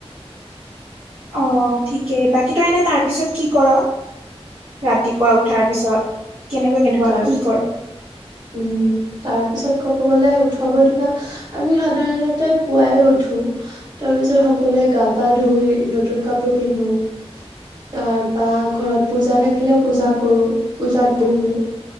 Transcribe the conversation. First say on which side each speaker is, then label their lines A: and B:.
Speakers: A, on the right; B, on the right.
A: অ ঠিকেই, বাকী তই এনে তাৰ পিছত কি কৰ? ৰাতিপুৱা উঠাৰ পিছত? কেনেকুৱা-কেনেকুৱা
B: উম তাৰ
A: কি কৰ?
B: উম তাৰ পিছত ক'ব গ'লে উৎসৱৰ দিনা আমি সাধাৰণতে পুৱাই উঠো। তাৰ পিছত সকলোৱে গা-পা ধুই নতুন কাপোৰ পিন্ধো। তাৰ পা ঘৰত পূজা থাকিলে পূজা কৰো। পূজাত- বহো।